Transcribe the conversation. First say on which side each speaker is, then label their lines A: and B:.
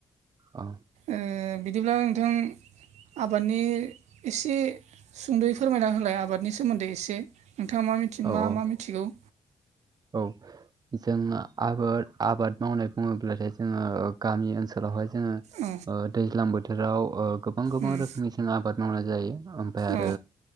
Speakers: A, on the right (about 35°); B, on the right (about 80°).
A: अ
B: अम बिदिब्ला नोंथां आबादनि एसे सुंद'यै फोरमायना होलाय आबादनि सोमोन्दै एसे नोंथाङा मा मिथि
A: औ
B: मा
A: औ
B: मा मिथिगौ
A: औ जोंङो आबाद आबाद मावनाय बुङोब्लाथाय जोंङो गामि ओन सोलावहाय जोंङो
B: औ
A: ओ दैज्लां बोथोराव गोबां गोबां
B: उम
A: रोखोमनिसिम आबाद मावना जायो ओमफाय आरो
B: औ